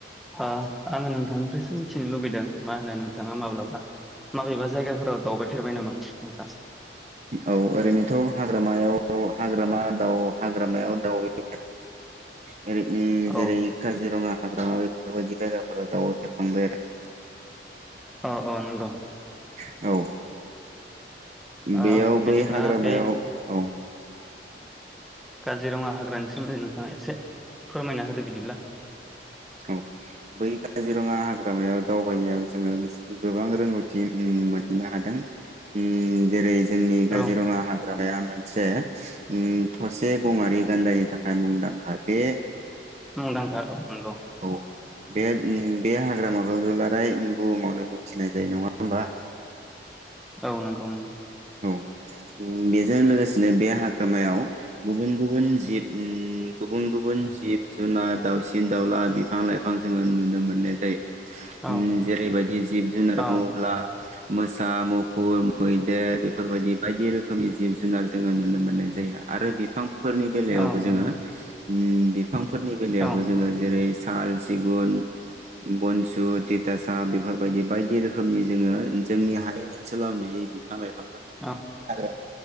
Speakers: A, in the centre; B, on the right.
A: ओ आङो नोंथांनिफ्रायसो मिथिनो लुबैदों मा होनो नोंथाङा माब्लाबा माबेबा जायगाफोराव दावबायफेरबाय नामा नोंथां?
B: औ ओरैनोथ' हाग्रामायाव हाग्रामा दाउ हाग्रामायाव दाउ <unintelligible> जेरै उम
A: औ
B: जेरै काजिरङा हाग्रामा बेफोरबायदि जायगायाव आरो दावबायफेरखांबाय आरो
A: अ अ नंगो
B: <inaudible> औ
A: ओ
B: बेयाव
A: बिदिब्ला
B: बै हाग्रामायाव
A: बे
B: औ
A: काजिरङा हाग्रानि सोमोन्दै नोंथाङा एसे फोरमायना होदो बिदिब्ला
B: औ बै काजिरङा हाग्रामायाव दावबायनायाव जोङो गोबां रोंगौथि मोननो हादों। उम जेरै जोंनि काजिरङा
A: औ
B: हाग्रा मोनसे उम थसे गंआरि गान्दानि थाखाय मुंदांखा। बे
A: मुंदांखा नंगौ।
B: औ बे उम बे हाग्रामाखौ दुलाराय उ‌म बुहुमावनो मिथिनाय जायो नङा होनबा
A: औ नंगौ नंगौ
B: बेजों लोगोसेनो बे हाग्रामायाव गुबुन गुबुन जिब उ गुबुन गुबुन जिब जुनार दावसिन दाउला बिफां लाइफां जोङो नुनो मोननाय जायो।
A: औ
B: उम जेरैबायदि जिब जुनार
A: ओ
B: बुङोब्ला मोसा मु फुर मैदेर बेफोरबायदि बायदि रोखोमनि जिब जुनार जोङो नुनो मोननाय जायो आरो बिफां फोरनि बेलायावबो
A: औ नंगौ
B: जोङो उम बि बिफांफोरनि बेलायावबो
A: औ
B: जोङो जेरै स साल सिगुन बनसु थिथासा बेफोरबायदि बायदि रोखोमनि जोङो जोंनि हाय सोलाव नुयि बिफां लाइफां
A: औ
B: हाग्रा